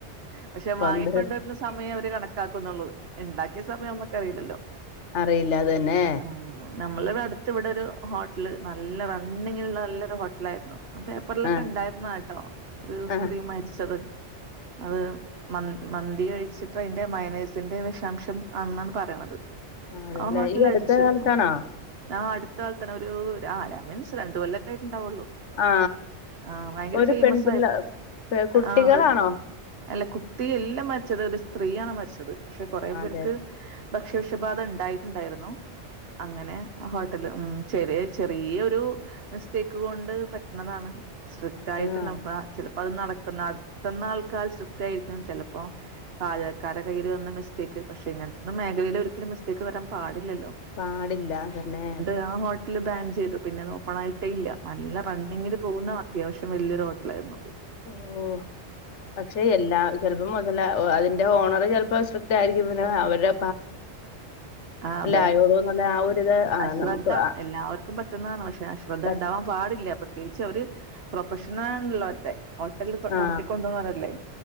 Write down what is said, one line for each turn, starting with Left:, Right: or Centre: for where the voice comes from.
Right: പക്ഷെ
Left: കൊണ്ട്
Right: വാങ്ങിക്കൊണ്ട് വര്ന്ന സമയെ അവര് കണക്കാക്കുന്നൊള്ളൂ ഇണ്ടാക്കിയ സമയവുമ്പോ കറീലല്ലോ
Left: അറീല്ല അതെന്നെ
Right: ഉം നമ്മളിവിടെ അട്ത്ത് ഇവിടൊരു ഹോട്ടല് നല്ല റണ്ണിങ്ങില്ള്ള നല്ലൊരു ഹോട്ടലായ്ര്ന്നു അ പേപ്പർലൊക്കെ
Left: ആ
Right: ഇണ്ടായിര്ന്നാട്ടോ ഒരു
Left: ആ
Right: സ്ത്രീ മരിച്ചത് അത് മൻ മന്തി കഴിച്ചിട്ട് ഐന്റെ മയൊനൈസിന്റെ വെഷാംശം എന്നാണ് പറയ്ണത്
Left: അതെല്ലേ
Right: ആഹോട്ടല്
Left: ഈ അടുത്ത
Right: അടിച്ചു
Left: കാലത്താണോ
Right: അഹ ആഹ് അട്ത്ത കാലത്താണ് ഒരു രാ മീൻസ് രണ്ട് കൊല്ലക്കായിട്ട്ണ്ടാവൊള്ളൂ
Left: ആ
Right: ആഹ് ഭയങ്കര
Left: ഒരു
Right: ഫെയ്മെസായി
Left: പെൺപിള്ള പെ- കുട്ടികളാണോ
Right: ആഹ് ഒരു അല്ല കുട്ടി എല്ലാ മരിച്ചത് ഒരു സ്ത്രീയാണ് മരിച്ചത് പക്ഷെ കൊറെ
Left: അതെ
Right: പേർക്ക് ഭക്ഷ്യവിഷബാധ ഇണ്ടായിട്ടുണ്ടായിര്ന്നു അങ്ങനെ ആ ഹോട്ട ൽ ഉം ചെറിയ ചെറിയൊരു മിസ്റ്റേക്ക് കൊണ്ട് പറ്റ്ണതാണ് സ്ട്രിക്റ്റായിട്ട്ള്ളപ്പ
Left: പറ്റുന്നതാണ്
Right: ചെലപ്പോ അത് നടക്ക്ന്ന നട്ത്ത്ന്ന ആൾക്കാര് സ്ട്രിക്റ്റായിരിക്കണം ചെലപ്പോ പാചക്കാരെ കയ്യില് വന്ന മിസ്റ്റേക്ക് പക്ഷെ ഇങ്ങൻത്തൊന്നും മേഖലയില് ഒരിക്കലും മിസ്റ്റേക്ക് വരാൻ പാടില്ലല്ലോ
Left: പാടില്ലാ അതന്നെ
Right: രാ ഹോട്ട ല് ബാൻ ചെയ്തു പിന്നെ അത് ഓപ്പണായിട്ടേ ഇല്ല നല്ല റെണ്ണിങ്ങില് പോകുന്ന അത്യാവശ്യം വല്യൊരു ഹോട്ടലായിര്ന്നത്
Left: ഓഹ് പക്ഷെ എല്ലാ ചെൽപ്പോം മൊതലാ അതിന്റെ ഓണറ് ചെൽപ്പോ സ്ട്രിക്ടായിരിക്കും പിന്നെ അവര്ടെ
Right: ആഹ് അതെ
Left: ആയോളൂ എന്നുള്ള ആ ഒരിത് ആ
Right: അശ്രദ്ധ
Left: നമുക്ക് ആ
Right: എല്ലാവർക്കും പ റ്റുന്നാണ് പക്ഷെ അശ്രദ്ധ
Left: പ-
Right: ഇണ്ടാവാൻ പാടില്ല പ്രത്യേകിച്ച് അവര് പ്രൊഫഷണാൺല്ലോ അതെ ഹോട്ടൽ
Left: ആ
Right: നടത്തിക്കൊണ്ടോവുന്നവരെല്ലേ